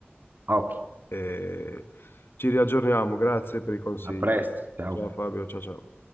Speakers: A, on the right; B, on the left.
A: occhi,
B: E ci riaggiorniamo, grazie per i consigli.
A: a presto, ciao.
B: Ciao Fabio, ciao ciao.